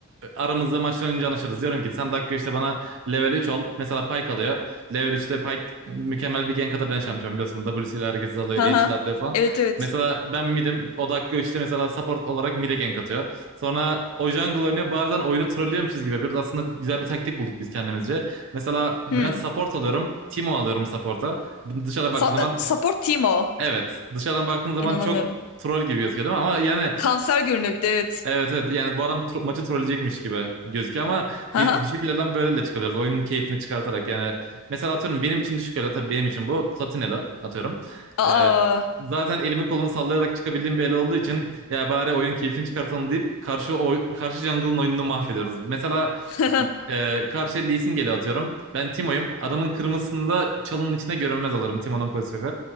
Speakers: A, on the right; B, on the left.
A: Aramızda maçtan önce anlaşırız. Diyorum ki sen dakika işte bana level 3 ol. Mesela Pyke alıyor. Level üçte Pyke mükemmel bir gank atabilen şampiyon biliyorsun. W'siyle herkes alıyor.
B: Hı
A: E'siyle
B: hı.
A: atlıyor falan.
B: Evet evet.
A: Mesela ben mid'im. O dakika 3'te mesela support olarak mid'e gank atıyor. Sonra o jungle oynuyor. Bazen oyunu trollüyormuşuz gibi yapıyoruz. Aslında güzel bir taktik bulduk biz kendimizce. Mesela ben
B: Hmm.
A: support alıyorum. Timo alıyorum support'a. Dışarıdan baktığın
B: Sa-
A: zaman
B: e, support team o.
A: evet. Dışarıdan baktığın zaman
B: İnanamıyorum.
A: çok troll gibi gözüküyor değil mi? Ama yani
B: Kanser görünüyor bir de evet.
A: Evet evet yani bu adam tro- maçı trolleyecekmiş gibi gözüküyor ama
B: Hı
A: biz
B: hı.
A: düşük elo'dan böyle de çıkabiliriz. Oyunun keyfini çıkartarak yani mesela atıyorum benim için düşük elo tabii benim için bu Platinelo atıyorum.
B: Aa.
A: Ee, zaten elimi kolumu sallayarak çıkabildiğim bir elo olduğu için ya bari oyun keyfini çıkartalım deyip karşı oy- karşı jungle'ın oyununu mahvediyoruz. Mesela
B: <laughs>
A: e, karşı Lee Sin geliyor atıyorum ben Timo'yum adamın kırmızısında çalının içine görünmez alırım Timo'nun pasifi.